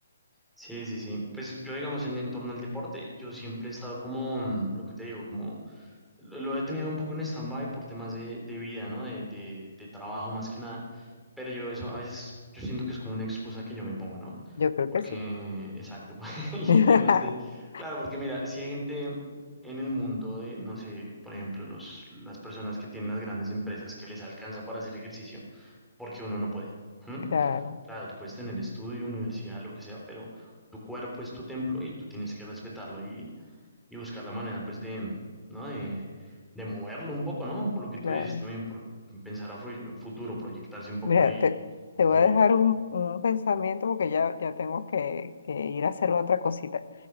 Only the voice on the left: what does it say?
Yo creo
que sí.
<laughs>
Claro,
claro.
Mira,
te, te voy
a
dejar un, un pensamiento porque ya, ya tengo que, que ir a hacer otra cosita.